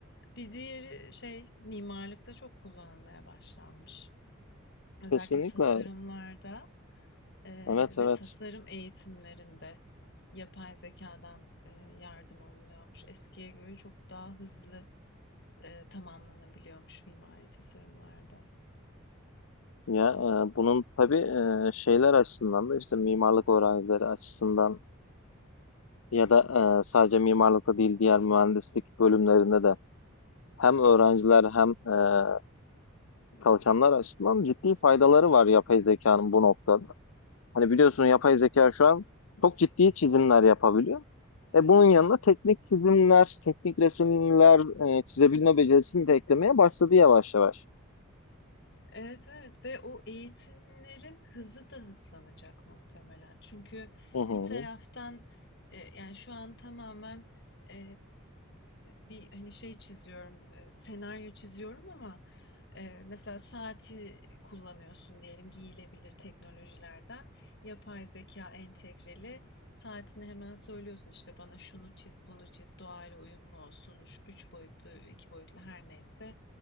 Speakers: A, on the left; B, on the left.
A: Bir diğeri şey mimarlıkta çok kullanılmaya başlanmış. Özellikle
B: Kesinlikle.
A: tasarımlarda eee,
B: Evet
A: ve
B: evet.
A: tasarım eğitimlerinde yapay zekadan eee, yardım alınıyormuş. Eskiye göre çok daha hızlı eee, tamamlanabiliyormuş mimari tasarımlarda.
B: Ya eee, bunun tabii eee, şeyler açısından da işte mimarlık öğrencileri açısından ya da eee, sadece mimarlıkta değil diğer mühendislik bölümlerinde de hem öğrenciler hem eee, çalışanlar açısından ciddi faydaları var yapay zekanın bu noktada. Hani biliyorsun yapay zeka şu an çok ciddi çizimler yapabiliyor. E bunun yanına teknik çizimler, teknik resimler e, çizebilme becerisini de eklemeye başladı yavaş yavaş.
A: Evet evet ve o eğitimlerin hızı da hızlanacak muhtemelen. Çünkü
B: Hı hı,
A: bir taraftan e, yani şu an tamamen e, bir hani şey çiziyorum, e, senaryo çiziyorum ama e, mesela saati kullanıyorsun diyelim giyilebilir teknolojilerden yapay zeka entegreli saatini hemen söylüyorsun işte bana şunu çiz, bunu çiz, doğayla uyumlu olsun, şu üç boyutlu, iki boyutlu her neyse